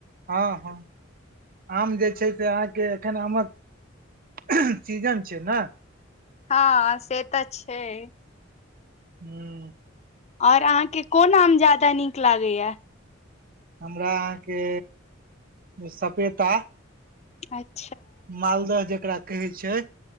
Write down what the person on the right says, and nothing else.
हँ -हँ आम जे छै से अहाँके एखन आमक -सीजन छै ने।
हू। <unintelligible>
हमरा अहाँके -सपेता। <unintelligible>
मालदह जे एकरा कहै छै?